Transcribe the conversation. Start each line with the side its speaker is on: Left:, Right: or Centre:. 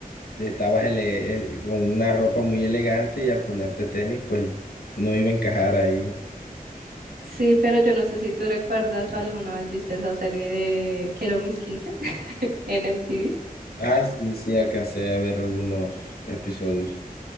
Left: Estabas ele- eh, con una ropa muy elegante y al ponerte tenis, pues no iba a encajar ahí.
Right: Sí, pero yo no sé si tú recuerdas alguna vez viste esa serie de Quiero mis 15 <laughs> en MTV.
Left: Ah, sí, sí, alcancé a ver algunos episodios.